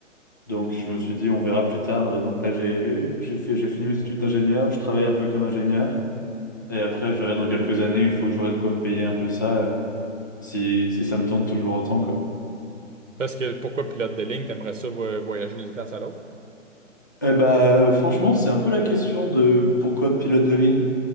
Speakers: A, on the left (about 15°); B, on the right (about 75°).
A: Donc je me suis dit, on verra plus tard. Euh, Donc là, j'ai, j'ai fait, j'ai fini mes études d'ingénieur, je travaille un peu comme ingénieur, et après, je verrai dans quelques années, une fois que j'aurai de quoi me payer un peu ça. euh, si, si ça me tente toujours autant, quoi.
B: Parce que pourquoi pilote de ligne, t'aimerais ça vo- voyager d'une place à l'autre?
A: Eh bah, euh, franchement, c'est un peu la question de pourquoi pilote de ligne.